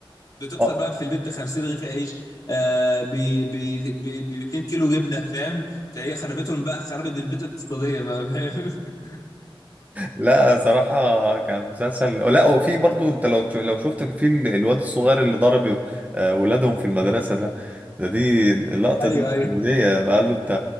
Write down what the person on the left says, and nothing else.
بتفطر
بقى في البيت ب 50 رغيف عيش آه ب ب ب 2 كيلو جبنه فاهم فهي خربتهم بقى خربت البيت اقتصاديا بقى فاهم <laughs>
ايوه
ايوه